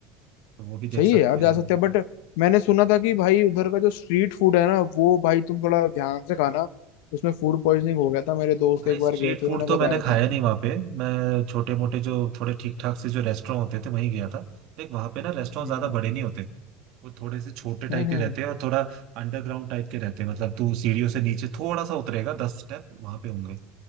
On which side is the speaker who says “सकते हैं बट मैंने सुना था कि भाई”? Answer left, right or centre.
Left